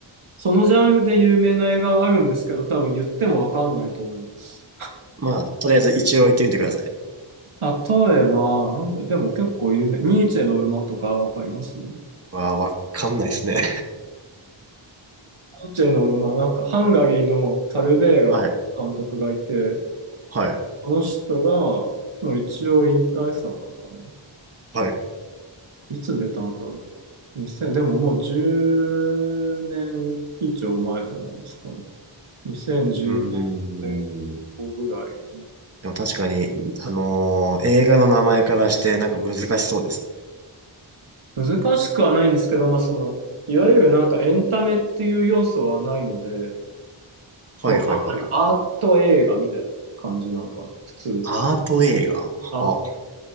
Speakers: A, on the right (about 85°); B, on the right (about 30°).
A: そのジャンルで有名な映画があるんですけど、多分言ってもわかんないと思います。
B: まあ、とりあえず一応行ってみてください。
A: 例えば、なんだ、でも結構有名。ニーチェの馬とかわかりますニ
B: わー、わかんないですね。
A: ーチェの馬、なんかハンガリーのタルベーラ監督がいて、
B: <laughs> はい、はい、
A: その人が、の一応引退作かな。
B: はい。
A: いつ出たんだろうな。2 0でももう10年以上前じゃないですかね。2010年前後ぐらいに。
B: うーん。でも確かに、あのー映画の名前からしてなんか難しそうですね。
A: 難しくはないんですけど、まあその、いわゆるなんかエンタメっていう要素はないので、
B: はいはいはい。
A: こう、あなんかアート映画みたいな感じなのかな。普通、
B: アート映画あ、
A: あ、